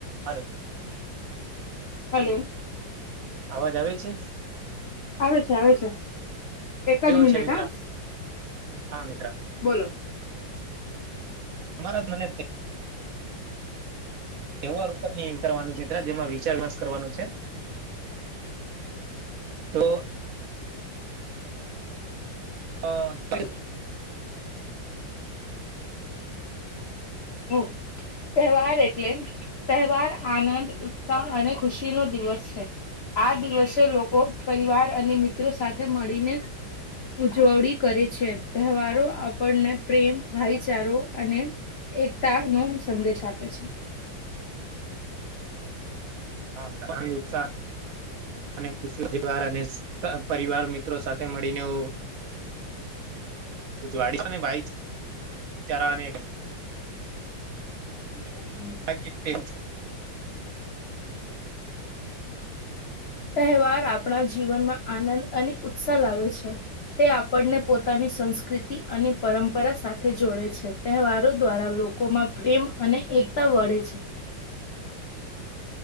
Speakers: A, on the right; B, on the left.
A: Hello.
B: Hello.
A: અવાજ આવે છે.
B: આવે છે આવે છે એક
A: કેવો
B: જ મિનિટ
A: છે મિત્ર
B: હ.
A: હા મિત્ર
B: બોલો.
A: અમારા ત્રળ થી. એવા રૂપ ની કરવાનું છે મિત્ર જેમાં વિચાર માસ કરવાનું છે. તો. હ <inaudible>
B: હ <unintelligible> હ તહેવાર એટલે. તહેવાર આનંદ ઉત્સાહ અને ખુશી નો દિવસ છે. આ દિવસે લોકો પરિવાર અને મિત્રો સાથે મળીને. ઉજવણી કરે છે તહેવારો આપણને પ્રેમ ભાઈચારો અને એકતા નો સંદેશ આપે છે.
A: હાુસાા <inaudible> ન અને ખુશી બાર અને ઉત્સાહ પરિવાર મિત્રો સાથે મળીને એવું. ઉજવાળને ભાઈ ચરાને.
B: એ <unintelligible>
A: હ જી તેમ છે.
B: તહેવાર આપણા જીવનમાં આનંદ અને ઉત્સાહ લાવે છે. તે આપણને પોતાની સંસ્કૃતિ અને પરંપરા સાથે જોડે છે. તહેવારો દ્વારા લોકોમાં પ્રેમ અને એકતા વળે છે.